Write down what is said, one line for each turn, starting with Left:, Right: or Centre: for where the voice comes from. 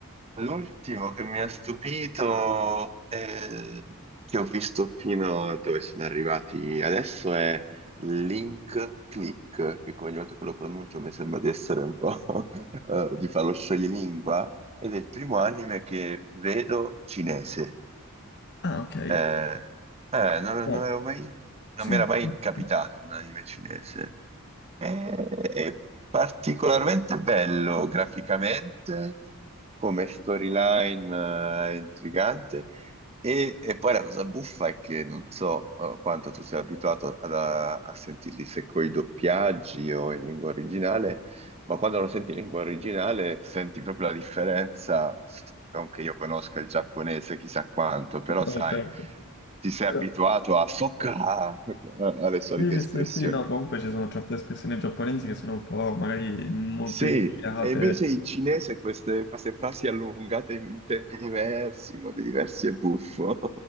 Right: l'ultimo che mi ha stupito, eh, che ho visto fino a dove sono arrivati adesso è Link Click, che ogni volta che lo pronuncio mi sembra di essere un po' <laughs> eh, di farlo scioglilingua, ed è il primo anime che vedo cinese.
Left: Ah, ok.
Right: Eh, eh, non,
Left: Eh,
Right: non avevo mai, non
Left: sì,
Right: mi era mai
Left: <laughs>
Right: capitato un anime cinese. È è particolarmente bello graficamente, come storyline, eh, intrigante. E, e poi la cosa buffa è che non so, eh, quanto tu sia abituato ad- a, a sentirli se coi doppiaggi o in lingua originale, ma quando lo senti in lingua originale senti proprio la differenza. Non che io conosca il giapponese chissà quanto, però
Left: sì, no,
Right: sai,
Left: certo.
Right: ti sei
Left: Però-
Right: abituato a socca <laughs> alle solite
Left: Sì,
Right: espressioni.
Left: sì, sì, no, comunque ci sono certe espressioni giapponesi che sono un po' magari molto
Right: Sì,
Left: indicate
Right: e invece in cinese queste, queste frasi allungate in tempi diversi, in modi diversi è buffo.